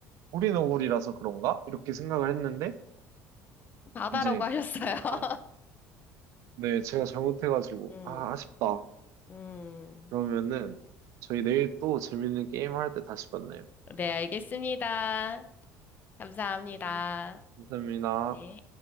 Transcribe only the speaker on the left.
바다라고
하셨어요. <laughs>
음.
음,
네, 알겠습니다. 감사합니다.
네.